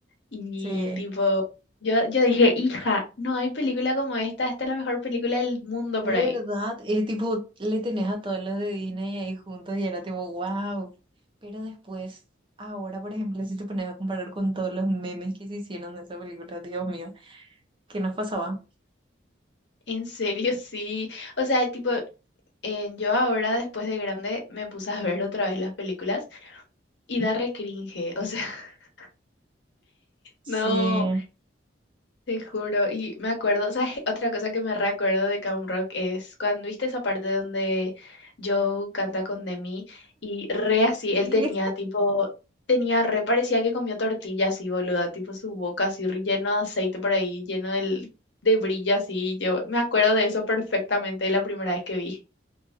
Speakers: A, on the left; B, on the right.
A: Y
B: Sí.
A: tipo, yo, yo dije, hija, no hay película como esta, esta es la mejor película del mundo por
B: ¿Verdad?
A: ahí.
B: Es tipo, le tenés a todos los de Disney ahí juntos y era tipo, wow. Pero después, ahora, por ejemplo, si te pones a comparar con todos los memes que se hicieron de esa película, Dios mío, ¿qué nos pasaba?
A: En serio, <laughs> sí. O sea, tipo, eh, yo ahora después de grande me puse a ver otra vez las películas y da re cringe. O sea, <laughs>
B: Sí.
A: no. Te juro, y me acuerdo, ¿sabes? <laughs> Otra cosa que me recuerdo de Camp Rock es cuando viste esa parte donde Joe canta con Demi y re así,
B: Sí,
A: él tenía tipo, tenía re, parecía que comió tortilla así, boluda, tipo su boca así re lleno de aceite por ahí, lleno del, de brillo así, yo me acuerdo de eso perfectamente la primera vez que vi.